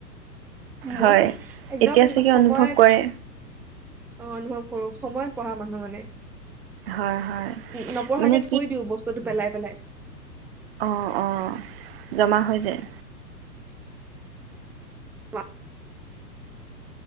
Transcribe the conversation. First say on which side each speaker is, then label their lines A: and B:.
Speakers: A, on the right; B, in the centre.
A: হয়
B: মই একদম
A: এতিয়া চাগে
B: সময়ত
A: অনুভৱ কৰে
B: অনুভৱ <inaudible> সময়ত পঢ়া মানুহ মানে
A: হয় হয়
B: নপঢ়াকে
A: মানে
B: থৈ দিও বস্তুটো পেলাই-পেলাই
A: অ অ জমা হৈ যায়
B: <inaudible>